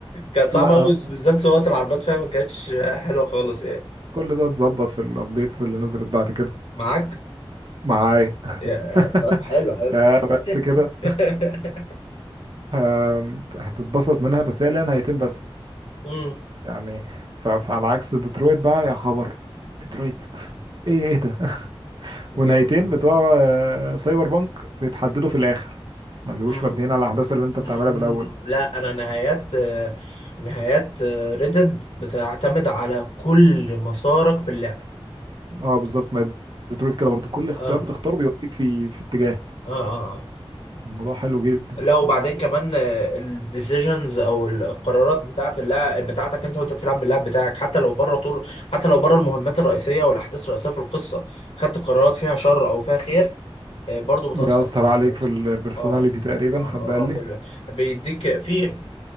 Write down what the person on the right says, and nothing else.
لا
كل ده اتظبط في الابديتس اللي نزلت بعد كده
معايا
<laughs>
بس كده
آم، هتتبسط منها بس هي ليها نهايتين بس
يعني ف- فعلى عكس ديترويت بقى يا خبر ديترويت ايه ايه ده <laughs>
ونهايتين
بتوع آه، سايبر بانك بيتحددوا في الاخر ما بيبقوش
مبنيين على الاحداث اللي انت
بتعملها من الاول
اه بالظبط ما هي ديترويت كده برضو كل اختيار
بتختاره بيوديك في في اتجاه
الموضوع حلو جدا
بيأثر
عليك
في البرسوناليتي
تقريبا
حد قال
لي